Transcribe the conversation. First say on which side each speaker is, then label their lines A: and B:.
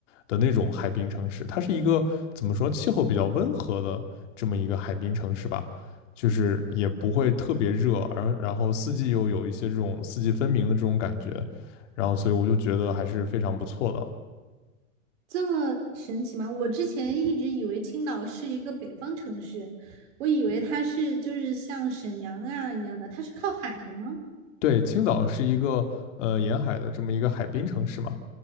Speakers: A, on the left (about 55°); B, on the right (about 55°).
A: 的那种海滨城市，它是一个怎么说气候比较温和的这么一个海滨城市吧，就是也不会特别热，而然后四季又有一些这种四季分明的这种感觉，然后所以我就觉得还是非常不错的。
B: <laughs> 这么神奇吗？我之前一直以为青岛是一个北方城市，我以为它是就是像沈阳啊一样的，它是靠海的吗？
A: 对，青岛是一个呃沿海的这么一个海滨城市嘛，